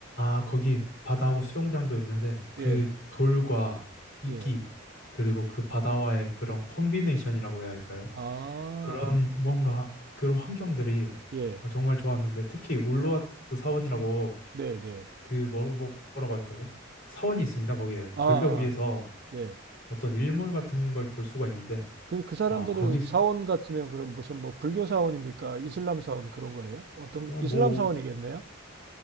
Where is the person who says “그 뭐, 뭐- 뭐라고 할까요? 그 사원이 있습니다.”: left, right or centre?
Left